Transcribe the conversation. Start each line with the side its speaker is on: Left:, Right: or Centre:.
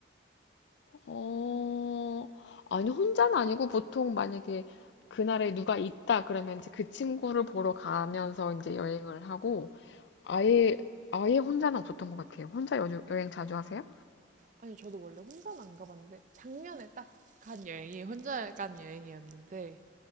Left: 어, 아니, 혼자는 아니고 보통 만약에 그날에 누가 있다 그러면 이제 그 친구를 보러 가면서 이제 여행을 하고 아예, 아예 혼자는 없었던 것 같아요. 혼자 여, 여행 자주 하세요?
Right: 아니, 저도 원래 혼자는 안 가봤는데 작년에 딱 간 여행이 혼자 간 여행이었는데,